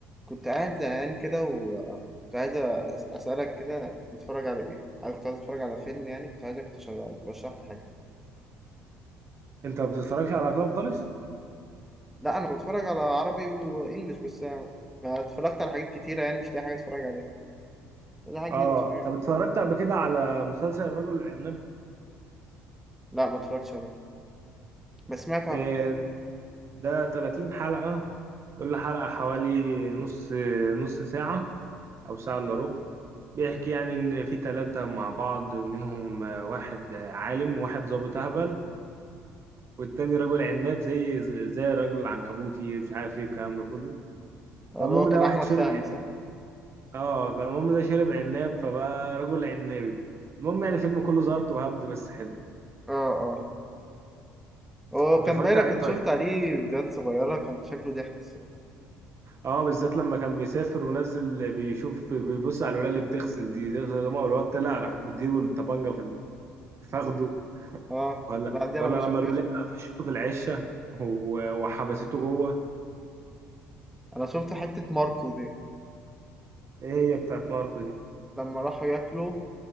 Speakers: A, in the centre; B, on the right (about 40°).
A: كنت قاعد زهقان كده وكنت عايز أس- أسألك كده نتفرج على إيه؟ أنا كنت عايز أتفرج على فيلم يعني كنت عايزك تشغل ترشح لي حاجة
B: انت ما بتتفرجش على افلام خالص
A: لا أنا بتفرج على عربي وإنجليش بس أنا اتفرجت على حاجات كتيرة يعني مش لاقي حاجة أتفرج عليها ولا حاجة
B: اه
A: جديدة أتفرج عليها
B: طب اتفرجت قبل كده على مسلسل الرجل العناب
A: لا ما اتفرجتش عليه بس سمعت عنه
B: آه، ده 30 حلقة كل حلقة حوالي نص نص ساعة او ساعة الا ربع بيحكي يعني ان في ثلاثة مع بعض منهم آه، واحد عالم وواحد ظابط اهبل والتاني رجل عناب زي زي الرجل العنكبوتي مش عارف ايه الكلام ده كله
A: اللي
B: فالمهم
A: هو كان
B: ده
A: أحمد
B: واحد شرب
A: فهمي
B: عن...
A: صح؟
B: اه فالمهم ده شرب عناب فبقى رجل عنابي المهم يعني فيلم كله زارت وهبد بس حلو
A: آه آه هو
B: انت
A: كان
B: اتفرجت
A: باينة
B: عليه
A: كنت
B: طيب
A: شفت عليه فيديوهات صغيرة كان شكله ضحك الصراحة
B: اه بالذات لما كان بيسافر ونزل بيشوف بيبص على الولاية اللي بتغسل دي تغسل دماغه والواد طلع راح مديله الطبنجة في ال- فخده
A: آه
B: ولا
A: لا دي
B: ولا
A: أنا ما شفتهاش
B: لما الولاية فشته في العشة و- وحبسته جوه
A: أنا شفت حتة ماركو دي
B: ايه هي بتاعت ماركو دي
A: لما راحوا ياكلوا